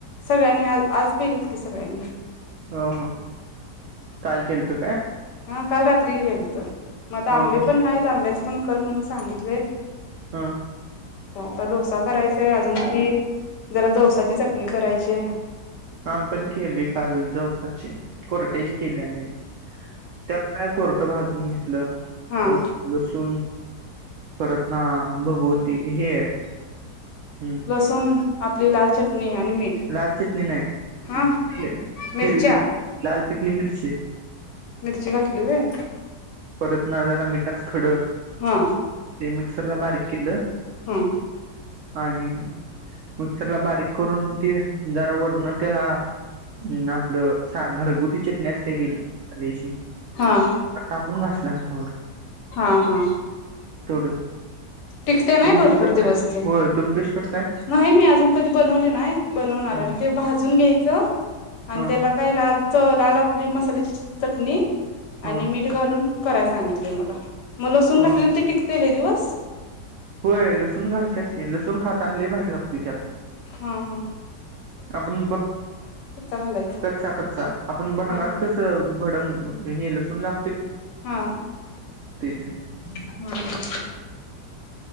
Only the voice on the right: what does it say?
ह ह काल खेळतो
ह
ह
हा
आम् पण केली काल जवसाची कोरट्याची केली आम्ही त्याला काय कोरटं भाजून घेतलं
लसूण परत ना भगवती हे हम्
लाल चटणी नाही
हिर मि लाल पिकली मिरची
परत ना जरा मिठाच खड
ते मिक्सरला बारीक केल्लं
आणि मिक्सर ला बारीक करून जरावरण त्याला अ आपलं घरगुती टण्या असते गेापून
घासला हातावर
तेवढंच
तुम्ही
कशी करताय
होय तुम्ही कशी करताय
हं,
हं,
हं,
हं.
होय लसूण घालतत की लसूण खाताना ल बाहेयला लागतो त्यात
आपण ब
रक्ष कचा आपण भडंगात
कस भडंग ह हल सुला
ते